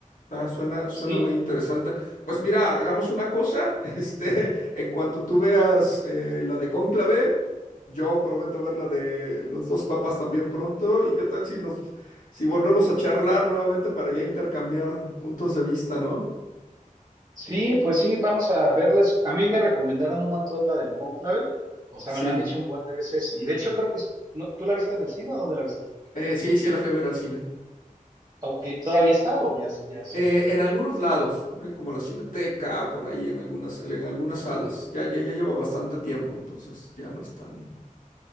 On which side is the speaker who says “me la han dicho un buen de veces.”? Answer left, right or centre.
Right